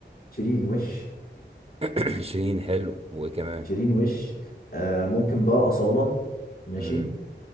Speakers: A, on the left (about 55°); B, on the right (about 30°).
A: شيرين وش
B: <clears throat> شيرين حلو وايه كمان
A: شيرين وش آه ممكن بقى اصاله ماشي
B: امم